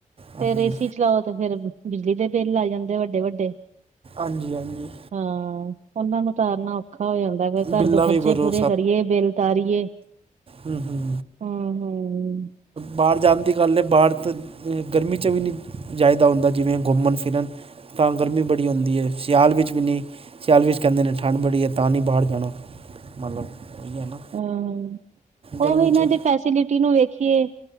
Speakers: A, on the right; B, on the right.
A: ਹਾਂਜੀ
B: ਫਿਰ ਏਸੀ ਚਲਾਓ ਤੇ, ਫਿਰ ਬਿਜਲੀ ਦੇ ਬਿੱਲ ਆ ਜਾਂਦੇ ਆ ਵੱਡੇ-ਵੱਡੇ।
A: ਹਾਂਜੀ-ਹਾਂਜੀ।
B: ਹਾਂ ਉਹਨਾਂ ਨੂੰ ਉਤਾਰਨਾ ਔਖਾ ਹੋ ਜਾਂਦਾ, ਫਿਰ ਘਰ
A: ਬਿੱਲਾ
B: ਦੇ ਖਰਚੇ
A: ਵੀ ਭਰੋ
B: ਪੂਰੇ ਕਰੀਏ ਬਿੱਲ ਤਾਰੀਏ। <inaudible>
A: ਹਮ-ਹਮ।
B: ਹਮ- ਹਮ।
A: ਬਾਹਰ ਜਾਣ ਦੀ ਗੱਲ ਐ ਬਾਹਰ ਤੇ ਗਰਮੀ ਚ‌ ਵੀ ਨੀ ਜਾਈਦਾ ਹੁੰਦਾ ਜਿਵੇਂ ਘੁੰਮਣ ਫਿਰਨ ਤਾਂ ਗਰਮੀ ਬੜੀ ੜੀ ਹੁੰਦੀ ਐ। ਸਿਆਲ ਵਿੱਚ ਵੀ ਨੀ ਸਿਆਲ ਵਿੱਚ ਕਹਿੰਦੇ ਨੇ ਠੰਡ ਬੜੀ ਐ ਤਾਂ ਨੀ ਬਾਹਰ ਜਾਣਾ। ਮਤਲਬ ਇਹ ਹੀ ਐ ਨਾ
B: ਹਮ-ਹਮ
A: ਗਰਮੀ
B: ਉਹ ਹੀ
A: 'ਚ
B: ਨਾ ਜੇ ਫੈਸਿਲਿਟੀ ਨੂੰ ਵੇਖੀਏ